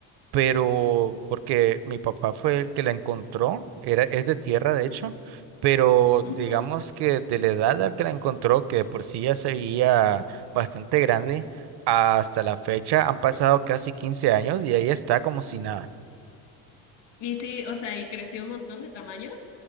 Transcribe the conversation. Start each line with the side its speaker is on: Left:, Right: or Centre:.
Right: pero porque mi papá fue el que la encontró, era, es de tierra de hecho, pero
Left: Ujú.
Right: digamos que de la edad a que la encontró, que de por sí ya se veía bastante grande, hasta la fecha han pasado casi 15 años y ahí está como si nada.
Left: Y sí, o sea, y creció un montón de tamaño.